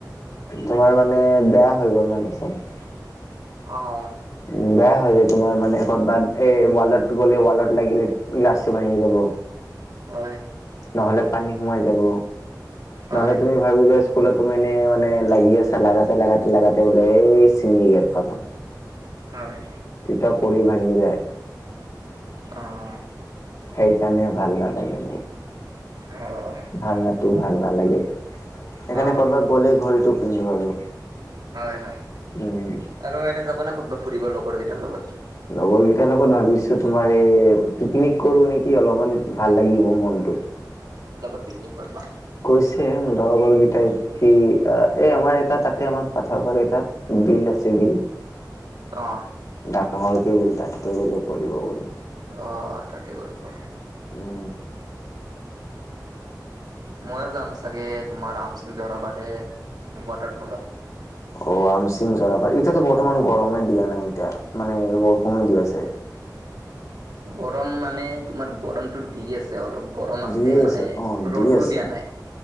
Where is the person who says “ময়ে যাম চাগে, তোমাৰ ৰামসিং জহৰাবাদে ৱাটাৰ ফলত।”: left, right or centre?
Right